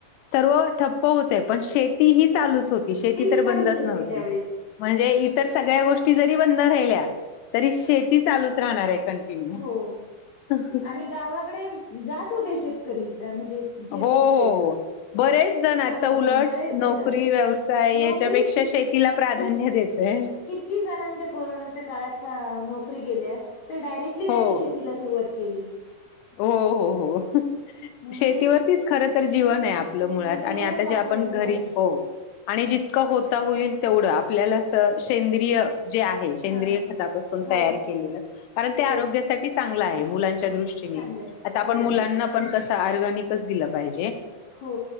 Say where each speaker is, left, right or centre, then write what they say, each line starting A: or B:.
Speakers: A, on the left; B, on the left.
A: सर्व ठप्प होतय, पण शेती ही चालूच होती, शेती
B: ही
A: तर बंदच
B: चालूच होती
A: नव्हती.
B: त्यावेेळेस
A: म्हणजे इतर सगळ्या गोष्टी जरी बंद राहिल्या, तरी शेती चालूच राहणार आहे, क <inaudible>
B: हो आणि गावाकडे जात होते शेतकरी, म्हणजे शेत
A: हो. हो. हो.
B: तिकडे
A: बरेच जण
B: सर्वजण
A: आता उलट,
B: बरेच जण
A: नोकरी, व्यवसाय,
B: नोकरीच
A: याच्यापेक्षा शेतीला प्राधान्य
B: कि
A: देतय.
B: किती जणांच्या कोरोनाच्या काळात नोकरी गेल्या, तर डायरेक्टली त्यांनी
A: हो
B: श तिला सुरुवात केली.
A: हो. हो. हो.
B: म्हणजे
A: शेतीवरतीच खर तर जीवन आहे आपलं मुळात,
B: शेतीवरच
A: आणि आता जे
B: आपलं
A: आपण
B: जीवन
A: घरी
B: आहे
A: हो आणि जितकं होता होईल तेवढं, आपल्याला स सेंद्रिय जे आहे े्रय
B: हा
A: खासून
B: हो
A: तयार के कारण ते
B: हो
A: आरोग्यासाठी चांगलं आहे मुलांच्या दृष्टी.
B: चांगलंय
A: आता आपण
B: बरोबर
A: मुलांना पण कस अर्गनिकच दिलं पाहिजे.
B: हो